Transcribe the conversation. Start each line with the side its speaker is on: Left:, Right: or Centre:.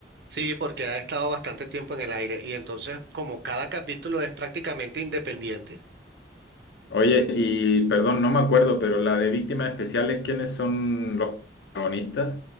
Right: Sí, porque ha estado bastante tiempo en el aire y entonces como cada capítulo es prácticamente independiente,
Left: Oye, y perdón, no me acuerdo, pero la de víctimas especiales, ¿quiénes son los protagonistas?